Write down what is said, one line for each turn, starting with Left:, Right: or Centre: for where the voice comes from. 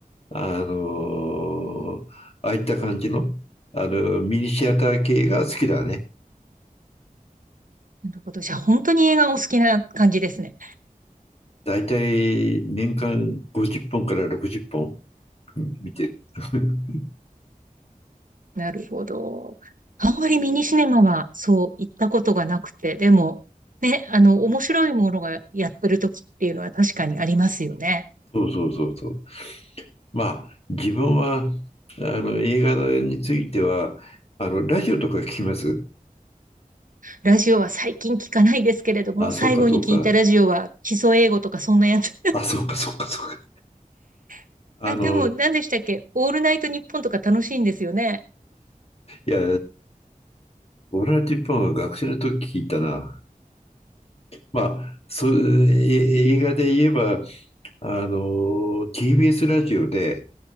Left: あのーああいった感じの、あの、ミニシアター系が好きだね。
Right: なるほど。じゃあ、本当に映画お好きな感じですね。
Left: だいたい年間50本から60本見てる。<laughs>
Right: なるほど。あんまりミニシネマはそう行ったことがなくて、でも、ね、あの、面白いものがやってる時っていうのは確かにありますよね。
Left: そうそうそうそう。まあ、自分は、あの、映画については、あの、ラジオとか聞きます
Right: ラジオは最近聞かないですけれども、
Left: あ、
Right: 最後に聞いたラジオは基礎英語とかそんなやつ。
Left: そうかそうか。あ、そっかそっかそっか。
Right: <laughs>
Left: あの、
Right: あ、でも何でしたっけオールナイトニッポンとか楽しいんですよね。
Left: いや、俺オー本ナッンは学生の時聞いたな。まあ、そうえ映画で言えば、あの、TBS ラジオで、